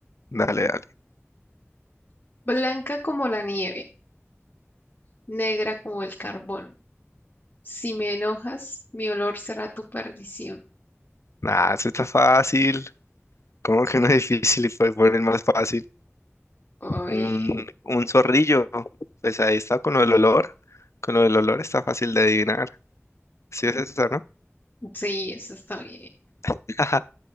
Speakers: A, on the left; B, on the left.
A: Dale, dale.
B: Blanca como la nieve, negra como el carbón. Si me enojas, mi olor será tu perdición.
A: Nah, eso está fácil. ¿Cómo que no es difícil y puede poner más fácil?
B: Ay,
A: Un, un zorrillo, pues ahí está con lo del olor. Con lo del olor está fácil de adivinar. Sí es esta, ¿no?
B: sí, eso está bien.
A: <laughs>